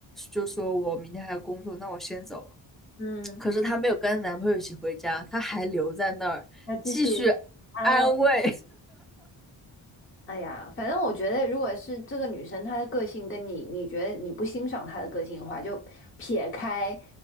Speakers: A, in the centre; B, on the left.
A: 就说我明天还要工作，那我先走了。
B: 嗯
A: 可是她没有跟男朋友一起回家，她还留在那儿继续
B: 要继续安慰。
A: 安慰。
B: 哎呀，反正我觉得，如果是这个女生她的个性跟你，你觉得你不欣赏她的个性的话，就撇开